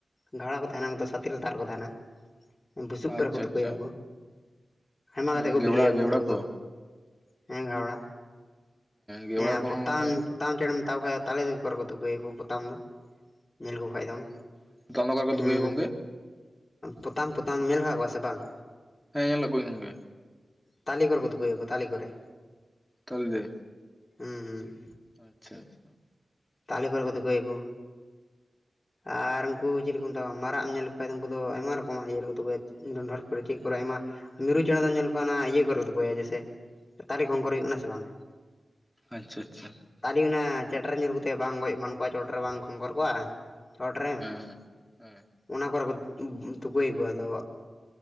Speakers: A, on the left; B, in the centre.
A: ᱜᱷᱟᱣᱲᱟ ᱠᱚ ᱛᱟᱦᱮᱱᱟ ᱱᱚᱛᱮ ᱫᱚ ᱥᱟᱛᱮ ᱞᱟᱛᱟᱨ ᱨᱮᱠᱚ ᱛᱟᱦᱮᱱᱟ, ᱵᱩᱥᱩᱵ
B: ᱟᱪᱪᱷᱟ
A: ᱠᱚᱨᱮ ᱠᱚ ᱛᱩᱠᱟᱹᱭᱟᱠᱚ
B: ᱟᱪᱪᱷᱟ
A: ᱟᱭᱢᱟ
B: ᱦᱮᱸ
A: ᱠᱟᱛᱮ ᱠᱚ
B: ᱜᱮᱣᱲᱟ
A: ᱵᱤᱞᱤᱭᱟᱠᱚ
B: ᱜᱮᱣᱲᱟ
A: ᱩᱱᱠᱩ
B: ᱠᱚ
A: ᱫᱚ ᱦᱮᱸ ᱜᱷᱣᱲᱟ,
B: ᱜᱮᱣᱲᱟ
A: ᱦᱮᱸ
B: ᱠᱚᱦᱚᱸ
A: ᱯᱚᱛᱟᱢ
B: ᱢᱟᱱᱮ
A: ᱯᱚᱛᱟᱢ ᱪᱮᱱᱮᱢ ᱢᱮᱛᱟᱠᱚ ᱠᱷᱟᱡ ᱛᱟᱞᱮ ᱫᱟᱨᱮ ᱠᱚᱨᱮ ᱠᱚ ᱛᱩᱠᱟᱹᱭᱟᱠᱚ ᱯᱚᱛᱟᱢ ᱫᱚ ᱧᱮᱞ ᱠᱚ ᱠᱷᱟᱱ ᱫᱚᱢ
B: ᱯᱚᱛᱟᱢ ᱫᱚᱠᱟᱱ ᱨᱮᱠᱚ
A: ᱦᱮᱸ
B: ᱛᱩᱠᱟᱹᱭᱟ ᱜᱚᱝᱠᱮ
A: ᱯᱚᱛᱟᱢ ᱯᱚᱛᱟᱢ ᱧᱮᱞ ᱠᱟᱜ ᱠᱚᱣᱟ ᱥᱮ ᱵᱟᱝ?
B: ᱦᱮᱸ ᱧᱮᱞᱠᱟᱜ ᱠᱚᱶᱟᱹᱧ ᱜᱚᱝᱠᱮ
A: ᱛᱟᱞᱤ ᱠᱚᱨᱮ ᱠᱚ ᱛᱩᱠᱟᱹᱣᱟᱠ ᱛᱟᱞᱤ ᱠᱚ ᱨᱮ
B: ᱛᱟᱞᱤ
A: ᱦᱩᱸ ᱦᱩᱸ
B: ᱟᱪᱪᱷᱟ ᱟᱪᱪᱷᱟ
A: ᱛᱟᱞᱤ ᱠᱚᱨᱮ ᱠᱚ ᱛᱩᱠᱟᱹ ᱣᱟᱠᱚ ᱟᱨ ᱩᱱᱠᱩ ᱪᱮᱞᱮ ᱠᱚ ᱢᱮᱛᱟᱠᱚᱣᱟ ᱢᱟᱨᱟᱜ ᱮᱢ ᱧᱮᱞ ᱠᱚᱠᱷᱟᱱᱡ ᱫᱚ ᱩᱱᱠᱩ ᱫᱚ ᱟᱭᱢᱟ ᱨᱚᱠᱚᱢᱟᱜ ᱤᱭᱟᱹ ᱠᱚ ᱛᱩᱠᱟᱹ ᱰᱚᱸᱰᱷᱚᱨ ᱠᱚᱨᱮ ᱪᱮᱫ ᱠᱚᱨᱮ ᱟᱭᱢᱟ ᱢᱤᱨᱩ ᱪᱮᱬᱮ ᱫᱚᱢ ᱧᱮᱞ ᱠᱚᱣᱟ ᱚᱱᱟ ᱤᱭᱟᱹ ᱠᱚᱨᱮ ᱛᱩᱠᱟᱹᱭᱟ ᱡᱮᱥᱮ ᱛᱟᱨᱤ ᱜᱚᱝᱜᱚᱨ ᱦᱩᱭᱩᱜᱼᱟ ᱥᱮ ᱵᱟᱝ
B: ᱟᱪᱪᱷᱟ ᱟᱪᱪᱷᱟ
A: ᱛᱟᱞᱤ ᱚᱱᱟ ᱪᱮᱴᱮᱨ ᱧᱩᱨ ᱠᱟᱛᱮ ᱵᱟᱝ ᱜᱚᱡ ᱮᱢᱟᱱ ᱠᱚᱜᱟ ᱪᱚᱴᱨᱮ ᱵᱟᱝ ᱠᱷᱚᱝᱜᱚᱨ ᱠᱚᱣᱟ ᱪᱚᱴᱨᱮ
B: ᱦᱮᱸ ᱦᱮᱸ ᱦᱮᱸ
A: ᱚᱱᱟ ᱠᱚᱨᱮ ᱠᱚ ᱛᱩᱠᱟᱹᱭᱟᱠᱚᱣᱟ ᱟᱫᱚ